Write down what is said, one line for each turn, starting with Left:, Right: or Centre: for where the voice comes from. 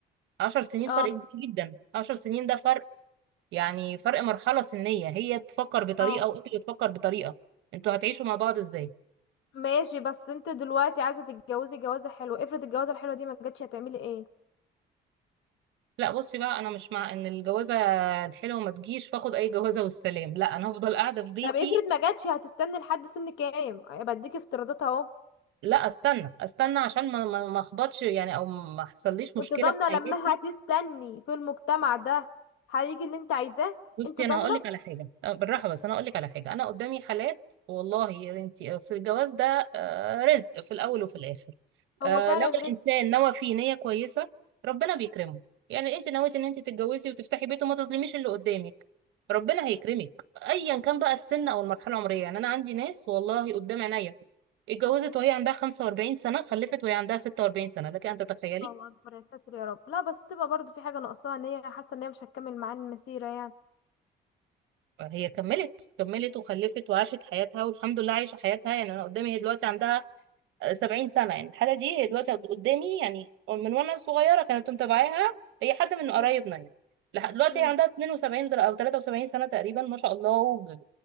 Right: عشر سنين
Left: اه
Right: فرق كبير جدا عشر سنين ده فرق يعني فرق مرحلة سنية هي بتفكر بطريقة
Left: اه
Right: وأنت بتفكر بطريقة أنتوا هتعيشوا مع بعض إزاي
Left: ماشي بس انت دلوقتي عايزه تتجوزي جوازه حلوه افرض الجوازه الحلوه دي ما جاتش هتعملي ايه
Right: لا بصي بقى أنا مش مع إن الجوازة الحلوة ما تجيش فاخد أي جوازة والسلام لا أنا هفضل قاعدة في بيتي
Left: طب افرض ما جاتش هتستني لحد سن كام بديك افتراضات اهو
Right: لا استنى استنى عشان ما ما ما اخبطش يعني او ما حصليش مشكله
Left: وانت ضامنه
Right: في حياتي
Left: لما هتستني في المجتمع ده هيجي اللي انت عايزاه
Right: بصي
Left: انت ضامنه
Right: انا هقول لك على حاجه أه، بالراحه بس انا هقول لك على حاجه انا قدامي حالات والله يا بنتي آه، في الجواز ده آه، رزق في الاول وفي الاخر آه،
Left: هو فعلا
Right: لو الانسان
Left: رزق
Right: نوى فيه نيه كويسه ربنا بيكرمه يعني انت نويتي ان انت تتجوزي وتفتحي بيت وما تظلميش اللي قدامك ربنا هيكرمك ايا كان بقى السن او المرحله العمريه يعني انا عندي ناس والله قدام عينيا اتجوزت وهي عندها 45 سنه خلفت وهي عندها 46 سنه لكن انت تخيلي
Left: الله اكبر يا ساتر يا رب لا بس بتبقى برضو في حاجه ناقصاها ان هي حاسه ان هي مش هتكمل معاه المسيره يعني
Right: هي كملت كملت وخلفت وعاشت حياتها والحمد لله عايشة حياتها يعني أنا قدامي هي دلوقتي عندها آه، سبعين سنة يعني الحالة دي هي دلوقتي قدامي يعني من وأنا صغيرة كانت متابعاها هي حد من قرايبنا
Left: مم.
Right: يعني لحد دلوقتي
Left: مم.
Right: هي عندها 72 در- أو 73 سنة تقريبا ما شاء الله وب...